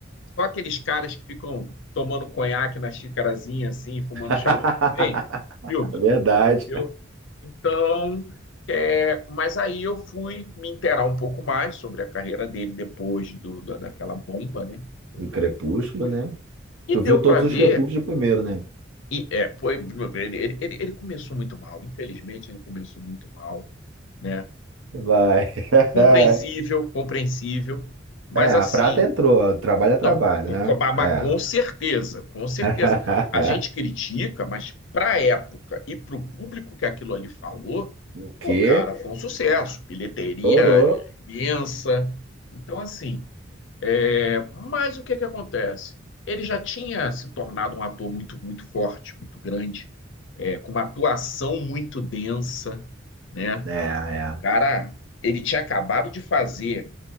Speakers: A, on the left; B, on the right.
A: só aqueles caras que ficam tomando conhaque na xicarazinha assim, fumando
B: <laughs>
A: charuto que vem, esses filmes.
B: Verdade.
A: Viu? Então, é, mas aí eu fui me inteirar um pouco mais sobre a carreira dele depois do, da- daquela bomba, né? Horrível.
B: Do Crepúsculo,
A: Crepúsculo.
B: né?
A: E
B: Tu
A: deu
B: viu todos
A: para ver,
B: os Crepúsculos de primeiro, né?
A: e é, foi, ele, ele, ele ele começou muito mal, infelizmente ele começou muito mal, né?
B: Vai. <laughs>
A: Compreensível, compreensível, mas
B: É, a
A: assim,
B: prata entrou. Trabalho é trabalho,
A: Não,
B: né?
A: mas
B: É.
A: com certeza, com certeza.
B: <laughs>
A: A gente critica, mas para a época e para o público que aquilo ali falou,
B: O quê?
A: pô, cara, foi um sucesso, bilheteria
B: Estourou.
A: imensa. Então, assim, é, mas o que que acontece? Ele já tinha se tornado um ator muito, muito forte, muito grande, é, com uma atuação muito densa, né?
B: É, é.
A: O cara, ele tinha acabado de fazer